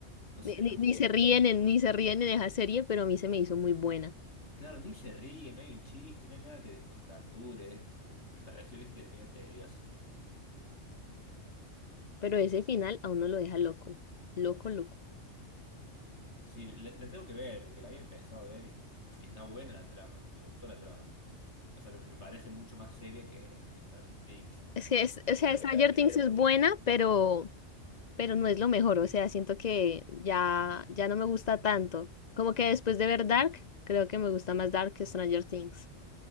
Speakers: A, on the left; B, on the left.
A: no sé,
B: Ni, ni-
A: no me
B: ni
A: gustó.
B: se ríen en, ni se ríen en esa serie, pero a mí se me hizo muy buena.
A: Claro, ni se ríe, no hay un chiste, no hay nada que descontracture, eh, me pareció, viste, medio tedioso.
B: Pero ese final a uno lo deja loco. Loco, loco.
A: Sí, le la tengo que ver, porque la había empezado a ver y, y está buena la trama, me gustó la trama. O sea, me, me parece mucho más seria que Stranger Things,
B: Es que es, o
A: porque
B: sea,
A: era,
B: Stranger
A: era
B: Things
A: muy
B: es
A: de ni-
B: buena, pero pero no es lo mejor, o sea, siento que ya, ya no me gusta tanto. Como que después de ver Dark, creo que me gusta más Dark que Stranger Things.